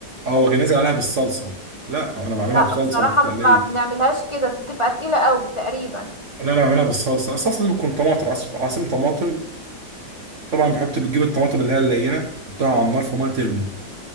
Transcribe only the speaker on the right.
اه واجي نازل عليها بالصلصه لا انا بعملها
بصلصه
مش تقليه
لا انا بعملها بالصلصه الصلصه دي بتكون طماطم عص- عصير طماطم طبعا بحط بتجيب الطماطم اللي هي اللينه تحطها على النار في ميه تغلي